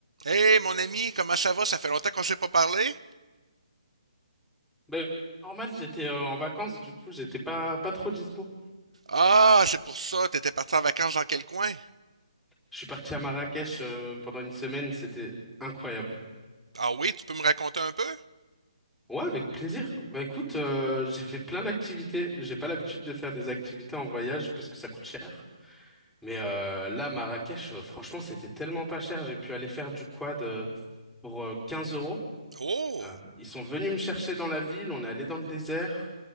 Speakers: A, on the right; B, in the centre.
A: Hey, mon ami, comment ça va? Ça fait longtemps qu'on s'est pas parlé?
B: Ben, normal, j'étais euh, en vacances, du coup, j'étais pas, pas trop dispo.
A: Ah, c'est pour ça, t'étais parti en vacances dans quel coin?
B: Je suis parti à Marrakech euh, pendant une semaine, c'était incroyable.
A: Ah oui, tu peux me raconter un peu?
B: Ouais, avec plaisir. Bah écoute, euh, j'ai fait plein d'activités. J'ai pas l'habitude de faire des activités en voyage parce que ça coûte cher. Mais euh, là, Marrakech, euh, franchement, c'était tellement pas cher. J'ai pu aller faire du quad euh, pour euh, 15 euros.
A: Oh!
B: Euh, ils sont venus me chercher dans la ville, on est allé dans le désert,